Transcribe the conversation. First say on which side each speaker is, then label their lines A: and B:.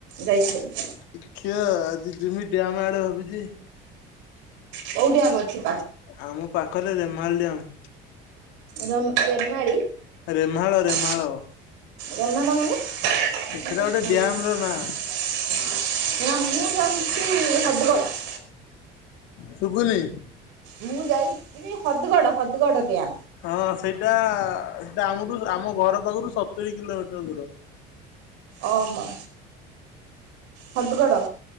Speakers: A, on the right; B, on the left.
A: ଯାଇଛନ୍ତି
B: ଏ କ୍ିଅ ଆଜି ଜିମି ଆମ ଆଡେ ଭାବିଛି <unintelligible>
A: କଉଠିଆମ ଅଛ
B: ଆମ ପାଖରେ ରେମାଲ ଡମ୍
A: ର ରେମାଡ଼ିୀ
B: ରେମାହାଳ ରେମାହାଳ
A: ଜମାଣ ମାନେ <unintelligible>
B: ସେଟା ଗୋଟେ ଡ୍ୟାମ ର ନାଁ
A: ନା ମୁଁ ଜାଛି ସାଧୁ କଳ <unintelligible>
B: ସୁଗୁନି
A: ମୁଁ ଯାଇ ହଦଗଡ଼ ହଦଗଡ଼ ଗଆ
B: ହଁ ସେଇଟା ସେଟା ଆମଠୁ ଆମ ଘର ପାଖରୁ ସତୁରିୀ କିଲୋମିଟର ଦୂର
A: ଓହୋ ହଦୁଗଡ଼